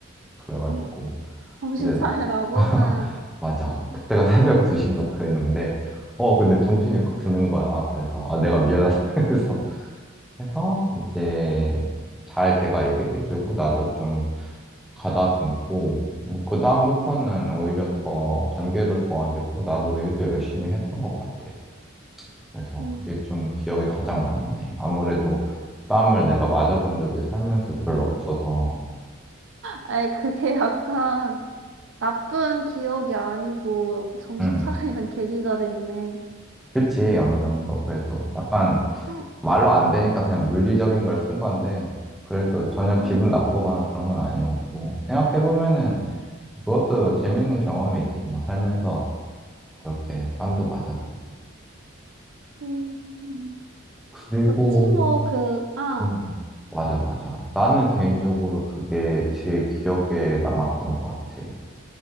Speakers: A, in the centre; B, on the right.
A: 그래가지고.
B: 응. 정신
A: 이제
B: 차리라고?
A: 나. <laughs>
B: 응.
A: 맞아. 그때가 새벽 2시인가 그랬는데, 어, 근데 정신이 확 드는 거야. 그래서, 아, 내가 미안하다. <laughs> 그래서, 해서, 이제, 잘 걔가 얘기해주고, 나도 좀 가다듬고, 뭐, 그다음부터는 오히려 더 관계도 좋아지고, 나도 일도 열심히 했던 것 같아. 그래서
B: 음.
A: 그게 좀 기억에 가장 남네. 아무래도 뺨을 내가 맞아본 적이 살면서 별로 없어서,
B: 아이, 그게 약간 나쁜 기억이 아니고 정신
A: 음.
B: 차리는 계기가 됐네.
A: 그치, 어느 정도. 그래도 약간
B: 음,
A: 말로 안 되니까 그냥 물리적인 걸 쓴 건데, 그래도 전혀
B: 음,
A: 기분 나쁘거나 그런 건 아니었고, 생각해보면은 그것도 재밌는 경험이지. 뭐 살면서 그렇게 땀도 맞아보고.
B: 음,
A: 그리고,
B: 그치, 뭐, 그, 아,
A: 음, 맞아, 맞아. 나는 개인적으로 그게 제일 기억에 남았던 것 같아.